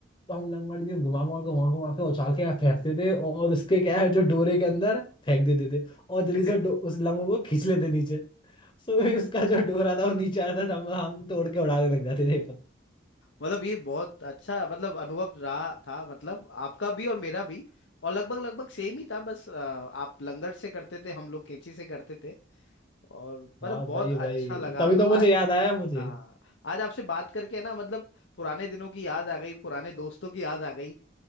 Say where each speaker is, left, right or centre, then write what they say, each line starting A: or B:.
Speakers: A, on the left; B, on the left.
A: तो हम लंगड़ यूं घुमा घुमा के घुमा घुमा के उछाल के फेंकते थे और उसके क्या है जो डोरे के अंदर फेंक देते थे और
B: <laughs>
A: जल्दी से डो- उस लंगड़ को खींच लेते नीचे सो उसका जो डोरा था वो नीचे आता था हम हम तोड़ के उड़ाने लग जाते थे
B: मतलब ये बहुत अच्छा मतलब अनुभव रहा था मतलब आपका भी और मेरा भी और लगभग लगभग सेम ही था बस अ, आप लंगड़ से करते थे हम लोग कैंची से करते थे और मतलब
A: हाँ
B: बहुत
A: भाई
B: अच्छा
A: भाई
B: लगा
A: तभी
B: मतलब
A: तो मुझे
B: आज
A: याद आया मुझे
B: हाँ
A: <laughs>
B: आज आपसे बात करके है ना मतलब पुराने दिनों की याद आ गई पुराने दोस्तों की याद आ गई